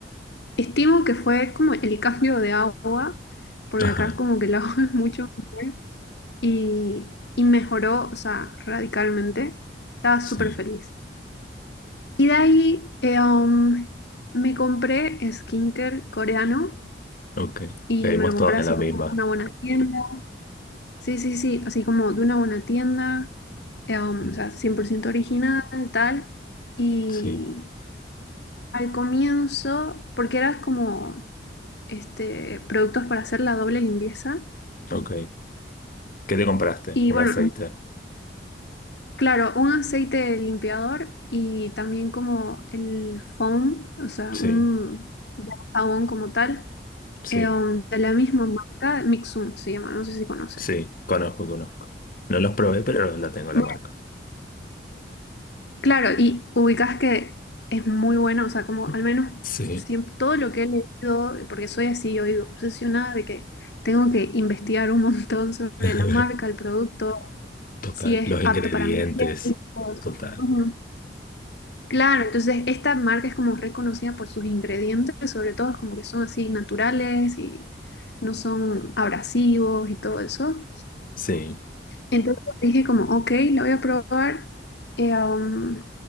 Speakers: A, on the left; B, on the left.
A: estimo que fue como el cambio de agua, porque
B: ajá,
A: acá como que el agua <laughs> es mucho mejor y, y mejoró, o sea, radicalmente. Estaba
B: sí,
A: súper feliz. Y de ahí eh, um, me compré skincare coreano
B: ok.
A: y
B: Caímos
A: me lo
B: todos
A: compré así
B: en la misma.
A: como de una buena tienda. Sí, sí, sí, así como de una buena tienda, eh, um,
B: Mm,
A: o sea, 100% original, tal. Y
B: Sí,
A: al comienzo, porque eras como este, productos para hacer la doble limpieza.
B: ok. ¿Qué te compraste?
A: Y
B: Un
A: bueno,
B: aceite.
A: Claro, un aceite limpiador y también como el foam, o sea,
B: Sí,
A: un jabón como tal,
B: sí,
A: eh, um, de la misma marca, Mixum se llama, no sé si conoces.
B: sí, conozco, conozco. No los probé, pero la tengo
A: Bueno,
B: la marca.
A: claro, y ubicas que es muy bueno, o sea, como al menos
B: Sí,
A: siempre, todo lo que he leído, porque soy así, yo digo, obsesionada de que tengo que investigar un montón <laughs> sobre
B: <laughs>
A: la marca, el producto,
B: total.
A: si es
B: Los ingredientes,
A: apto para mi piel. y todo eso.
B: total.
A: Ujú. Claro, entonces esta marca es como reconocida por sus ingredientes, sobre todo es como que son así naturales y no son abrasivos y todo eso.
B: Sí,
A: Entonces dije como, ok, la voy a probar. eh, um,